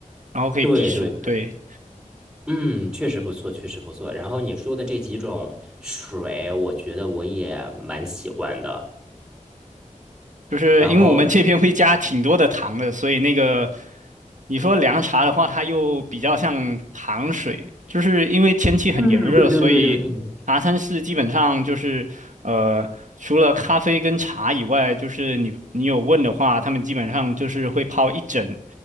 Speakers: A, on the right; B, in the centre.
A: 然后可以避暑，
B: 对对对，
A: 对，
B: 嗯，确实不错，确实不错。然后你说的这几种水，我觉得我也蛮喜欢的。
A: 就是因为我们这边会加挺多的糖的，
B: 然后，
A: 所以那个你说凉茶的话，它又比较像糖水，就是因为天气很炎热，
B: 嗯，对对对对对，
A: 所以茶餐室基本上就是呃，除了咖啡跟茶以外，就是你你有问的话，他们基本上就是会泡一整